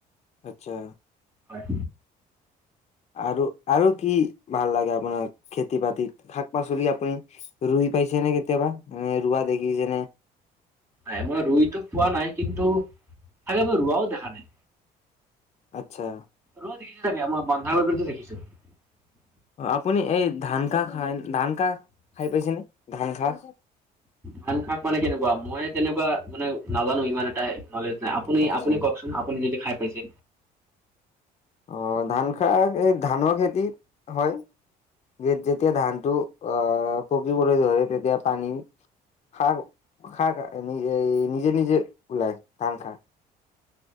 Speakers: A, on the left; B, on the right.
A: আচ্ছা।
B: হয়।
A: আৰু আৰু কি ভাল লাগে আপোনাৰ খেতি বাতিত, শাক পাচলি আপুনি ৰুই। পাইছে নে কেতিয়াবা নে ৰোৱা দেখিছেনে?
B: নাই মই ৰুইতো পোৱা নাই, কিন্তু চাকে মই ৰোৱাও। দেখা নাই
A: আচ্ছা
B: ৰোৱা, ছোকে মই বন্ধা কৰিছে দেখিছো। <unintelligible>
A: অ আপুনি এই ধান কাহ খাই, ধান কাহ খাই পাইছেনে ধান কাহ।
B: ধান শাক মানে কেনেকুৱা মই তেনেকুৱা মানে নাজানো ইমান এটা নলেজ। আপুনি
A: আচ্ছা
B: আপুনি কওকচোন আপুনি যদি খাই পাইছে।
A: অ ধান খা এই ধানৰ খেতি, হয়। যে যেতিয়া ধানটো আহ পকিবলৈ ধৰে তেতিয়া পানী। খাক, খাক খ নি নিজে নিজে ওলাই ধান খাৰ।